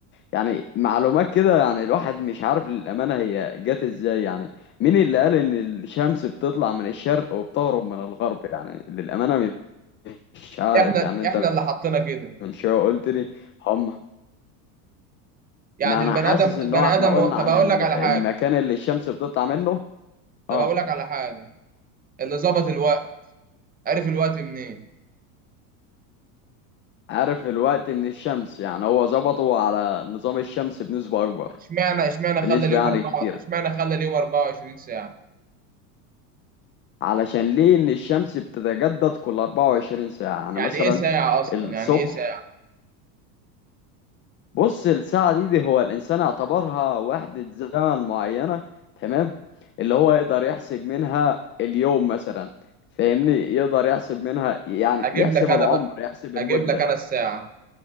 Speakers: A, on the left; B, on the right.
A: يعني معلومات كده يعني الواحد مش عارف للأمانة هي جت ازاي يعني مين اللي قال ان الشمس بتطلع من الشرق وبتغرب من الغرب يعني للأمانة مش عارف
B: احنا
A: يعني انت
B: احنا اللي حطينا كده
A: من شوية قلت لي هم
B: يعني
A: ما انا
B: البني
A: حاسس
B: ادم
A: ان
B: البني
A: هو احنا
B: ادم
A: قلنا
B: هو- طب
A: عن
B: اقول
A: ال-
B: لك على
A: المكان
B: حاجه
A: اللي الشمس بتطلع منه
B: طب
A: اه
B: اقول لك على حاجه اللي ظبط الوقت عارف الوقت منين
A: عارف الوقت من الشمس يعني هو ظبطه على نظام الشمس بنسبة اكبر
B: اشمعنى اشمعنى
A: بنسبة
B: خلى اليوم
A: يعني
B: أربعة
A: كتيرة
B: اشمعنى خلى اليوم 24 ساعة
A: علشان ليه ان الشمس بتتجدد كل 24 ساعة يعني
B: يعني
A: مثلا
B: ايه ساعة اصلا
A: الصبح
B: يعني ايه ساعة
A: بص الساعة دي, دي هو الانسان اعتبرها وحدة زمن معينة تمام اللي هو يقدر يحسب منها اليوم مثلا فاهمني يقدر يحسب منها يعني
B: اجيب
A: يحسب
B: لك انا
A: العمر
B: بقى
A: يحسب
B: اجيب
A: المدة
B: لك انا الساعة